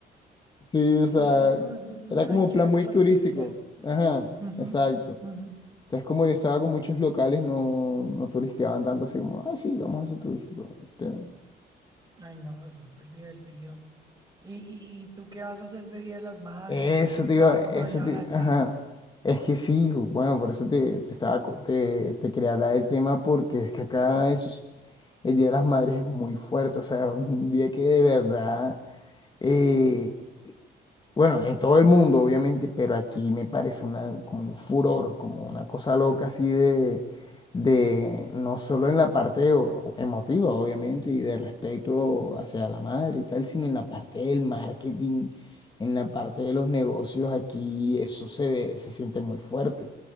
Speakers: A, on the left; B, on the right.
A: Sí, o sea,
B: no, no, no, eso es
A: era
B: un plan
A: como un
B: chévere
A: plan muy
B: para
A: turístico.
B: turistear.
A: Ajá,
B: Ujú,
A: exacto.
B: ujú.
A: Entonces, como yo estaba con muchos locales, no, no turisteaban tanto así como, ay, sí, vamos a eso turístico. ¿entiendes?
B: Ay, no, eso es súper divertido. ¿Y, y, y tú qué vas a hacer de Día de las Madres?
A: Eso,
B: ¿Qué has pensado?
A: te iba- eso,
B: ¿Cómo lo llevan
A: te-
B: allá?
A: ajá. Es que sí, bueno, por eso te, te estaba, co- te, te quería hablar del tema porque es que acá esos, el Día de las Madres es muy fuerte, o sea, es un día que de verdad eh, bueno, en todo el mundo, obviamente, pero aquí me parece una, como un furor, como una cosa loca así de, de no solo en la parte o- emotiva, obviamente, y de respeto hacia la madre y tal, sino en la parte del marketing, en la parte de los negocios, aquí eso se, ve- se siente muy fuerte.